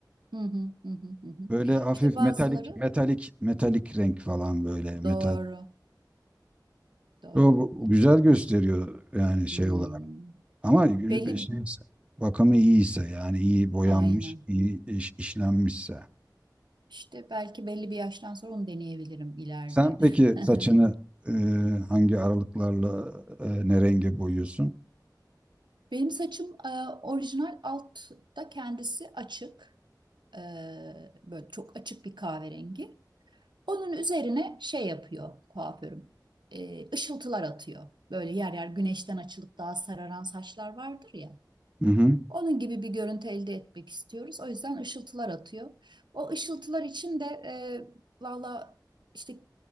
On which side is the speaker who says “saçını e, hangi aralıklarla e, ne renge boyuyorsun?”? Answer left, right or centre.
Right